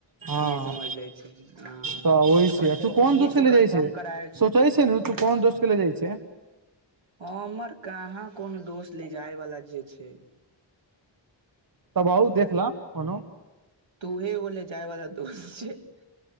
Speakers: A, on the right (about 45°); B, on the right (about 75°).
A: हँ
B: ई समझ ले छै हँ
A: तऽ ओहि छै
B: पहिले
A: तू
B: ओखनिये
A: कोन दोस्त
B: से
A: के ले
B: कन्फर्म
A: जाइ छै
B: कराय
A: सोचै छै ने तू कोन दोस्त चल जाइ छै
B: हमर कहाँ कोनो दोस्त ले जाए वाला जे छै
A: तब बहुत देखला कोनो
B: तू हे एगोले जाय बला <unintelligible>